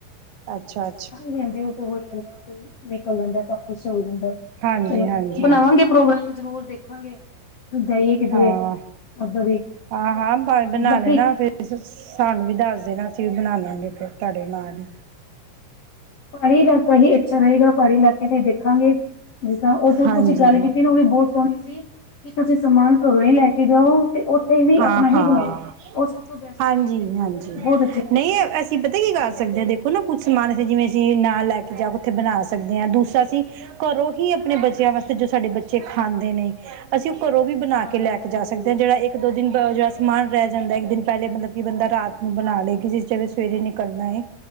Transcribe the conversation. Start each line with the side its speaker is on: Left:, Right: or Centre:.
Right: ਅੱਛਾ।
Left: ਹਾਂਜੀ-ਹਾਂਜੀ, ਉਹ ਹੋ ਹੀ ਜਾਂ ਉਹ ਤੇ ਨਿਕਲ ਜਾਂਦਾ ਸਭ ਕੁੱਛ ਉਹੀ
Right: ਹਾਂਜੀ
Left: ਚਲੋ
Right: ਹਾਂਜੀ
Left: ਬਣਾਵਾਂਗੇ ਪ੍ਰੋਗਰਾਮ। <unintelligible> ਜਾਈਏ ਕਿਧਰੇ
Right: ਹਾਂ,
Left: ਉਧਰ ਹੀ
Right: ਹਾਂ ਹਾਂ ਪਾਵੇ ਬਣਾ
Left: ਬਾਕੀ
Right: ਲੈਣਾ ਫਿਰ ਸਾਨੂੰ ਵੀ ਦੱਸ ਦੇਣਾ ਅਸੀਂ ਵੀ ਬਣਾ ਲਾਂਗੇ ਫਿਰ ਤੁਹਾਡੇ ਨਾਲ ਹੀ।
Left: ਪਹਾੜੀ ਇਲਾਕਾ ਹੀ ਅੱਛਾ ਰਹੇਗਾ ਪਹਾੜੀ ਇਲਾਕੇ ਤੇ ਦੇਖਾਂਗੇ ਜਿਸ ਤਰ੍ਹਾਂ ਉਹ
Right: ਹਾਂਜੀ
Left: ਤੁਸੀਂ ਗੱਲ ਕੀਤੀ ਨਾ ਉਹ ਵੀ ਬਹੁਤ ਸੋਹਣੀ ਸੀ ਕਿ ਤੁਸੀਂ ਸਮਾਨ ਘਰੋਂ ਹੀ ਲੈ ਕੇ ਜਾਓ। ਤੇ ਉੱਥੇ ਵੀ
Right: ਹਾਂ-ਹਾਂ
Left: ਆਪਣਾ ਹੀ ਬਣਾਓ। ਉਹ ਸਭ ਤੋਂ ਬੈਸਟ
Right: ਹਾਂਜੀ-ਹਾਂਜੀ
Left: ਚੀਜ਼ ਹੈਗੀ ਹੈ। ਬਹੁਤ ਅੱਛੀ ਚੀਜ਼
Right: ਨਹੀਂ
Left: ਹੈ।
Right: ਅਸੀਂ ਪਤਾ ਕੀ ਕਰ
Left: ਹਾਂਜੀ
Right: ਸਕਦੇ ਹਾਂ ਦੇਖੋ ਨਾ ਕੁਛ ਸਮਾਨ ਇੱਥੇ ਜਿਵੇਂ ਅਸੀਂ ਨਾਲ ਲੈ ਕੇ ਜਾ ਕੇ ਉੱਥੇ ਬਣਾ ਸਕਦੇ ਹਾਂ। ਦੂਸਰਾ ਅਸੀਂ ਘਰੋਂ ਹੀ ਆਪਣੇ ਬੱਚਿਆਂ ਵਾਸਤੇ ਜੋ ਸਾਡੇ ਬੱਚੇ ਖਾਂਦੇ ਨੇ। ਅਸੀਂ ਉਹ ਘਰੋਂ ਵੀ ਬਣਾ
Left: ਖਾਂਦੇ
Right: ਕੇ ਲੈ
Left: ਨੇ
Right: ਕੇ ਜਾ
Left: ਘਰੋਂ ਹੀ
Right: ਸਕਦੇ
Left: ਲੋਕ
Right: ਹਾਂ। ਜਿਹੜਾ ਇੱਕ ਦੋ ਦਿਨ ਜਿਹੜਾ ਸਮਾਨ ਰਹਿ ਜਾਂਦਾ ਇੱਕ ਦਿਨ ਪਹਿਲੇ ਮਤਲਬ ਕਿ ਬੰਦਾ ਰਾਤ ਨੂੰ ਬਣਾ ਲੇ ਜਿਵੇਂ ਸਵੇਰੇ ਨਿਕਲਣਾ ਹੈਏ।